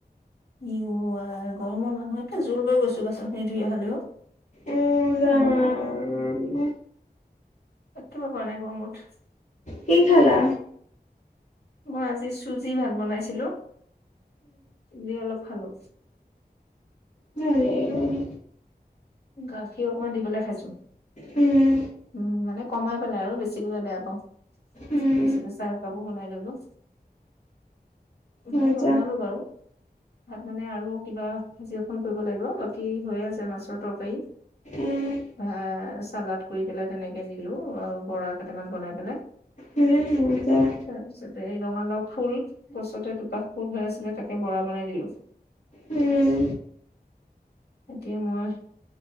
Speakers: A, on the left; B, on the left.
A: ই আই গৰমৰ মানুহ একে জোল বৈ গৈছো বাচন খিনি ধুই অহলৈ। এ
B: উম জানো
A: হব থাকিব পৰা নাই গৰমত।
B: কি খালা?।
A: মই আজি চুজি ভাত বনাইছিলো, চুজি অলপ খালোঁ।
B: ন <unintelligible>
A: গাখীৰ অকনমান দি পেলাই খাইছো।
B: উম।
A: উম মানে কমাই পেলাই আৰু বেছিকলে বেয়া পাওঁ।
B: উম
A: তাৰ পিছতে চাহ একাপো বনাই ল'লো। ভাল
B: মজা
A: বনালো বাৰু। ভাত মানে আৰু কিবা ভাজি এখন কৰিব লাগিব, বাকী হৈয়ে আছে। মাছৰ তৰক। কাৰী,
B: উম
A: ভাত, চালাড কৰি পেলাই তেনেকে দিলো, বৰা কেইটামান বনাই পেলাই।
B: হেৰি এতিয়া
A: তাৰ পিছতে এই ৰঙালাওঁ ফুল, গছতে দুপাহ ফুল হৈ আছিলে তাকে বৰা বনাই দিলো।
B: উম।
A: এতিয়া মই